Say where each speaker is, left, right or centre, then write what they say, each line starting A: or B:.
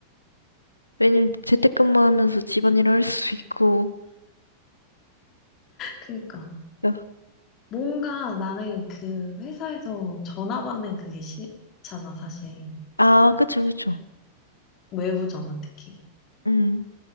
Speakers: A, on the left; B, on the left.
A: 왜냐면 재택근무하면서 집안일 할 수 있고.
B: 그니까.
A: 야.
B: 뭔가 나는 그 회사에서 전화 받는 그게 싫잖아, 사실.
A: 아, 그쵸, 그쵸.
B: 외부 전화 특히.
A: 음,